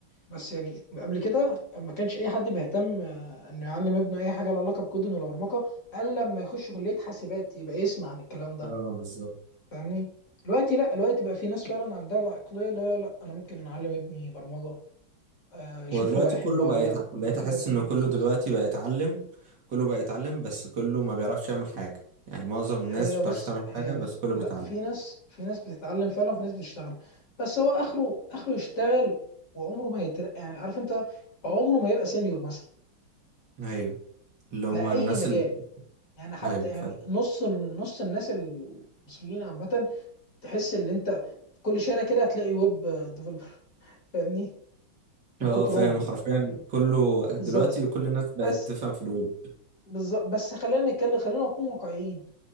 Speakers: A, on the left; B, on the right.
A: بس يعني قبل كده ما كانش اي حد بيهتم آه، انه يعلم ابنه اي حاجه لها علاقه بكودنج ولا برمجه الا لما يخش كليه حاسبات يبقى يسمع عن الكلام ده
B: اه بالظبط
A: فاهمني دلوقتي لا دلوقتي بقى في ناس فعلا عندها العقلية لا لا انا ممكن اعلم ابني برمجة آه، يشوف
B: هو دلوقتي
A: هو هيحبها
B: كله
A: ولا
B: بقى
A: لا
B: يتع... بقيت
A: لو كده
B: احس
A: يكلم
B: ان كله
A: بالظبط
B: دلوقتي بقى يتعلم كله بقى يتعلم بس كله ما بيعرفش يعمل حاجة يعني معظم الناس
A: هي
B: ما بتعرفش
A: بس
B: تعمل
A: هي
B: حاجة
A: م-
B: بس كله
A: لا
B: بيتعلم
A: في ناس في ناس بتتعلم فعلا وفي ناس بتشتغل بس هو اخره اخره يشتغل وعمره ما هيترقى يعني عارف انت عمره ما يبقى سينيور مثلا
B: ايوه اللي هم
A: في
B: الناس
A: اي مجال
B: اللي
A: يعني حتى
B: ايوه
A: يعني
B: فاهم
A: نص ال- نص الناس المصريين عامة تحس ان انت في كل شارع كده هتلاقي ويب ديفلوبر فاهمني من
B: اه
A: كترهم
B: فاهم حرفيا كله دلوقتي
A: بالظبط
B: كل الناس بقت
A: بس
B: تفهم في الويب
A: بالظبط بس خلينا نتكلم خلينا نكون واقعيين